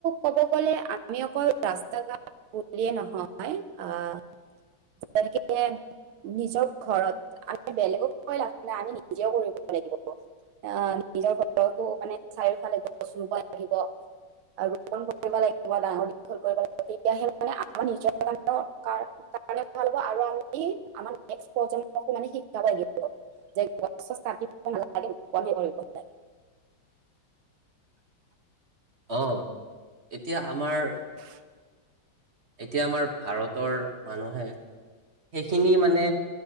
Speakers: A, on the right (about 85°); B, on the right (about 40°).
A: কব গলে আমি অকল ৰাস্তা ঘাট বুলিয়ে নহয় আহ যেনেকে নিজৰ ঘৰত আমি বেলেগক আমি নিজেও কৰিব লাগিব আহ নিজৰ ঘৰতো মানে চাৰিওফালে গছ ৰুব লাগিব। আৰু ৰোপন কৰিব লাগিব ডাঙৰ দীঘল কৰিব লাগিব তেতিয়াহে মানে আমাৰ নিজৰ <unintelligible> কাৰণে ভাল হব আৰু আমি আমাৰ নেক্সট প্ৰজন্মকে শিকাব লাগিব যে গছ- চছ কাটিব নালাগে ৰোপণ হে কৰিব লগে।
B: অ', এতিয়া আমাৰ
A: <unintelligible>
B: এতিয়া আমাৰ ভাৰতৰ মানুহে সেইখিনি মানে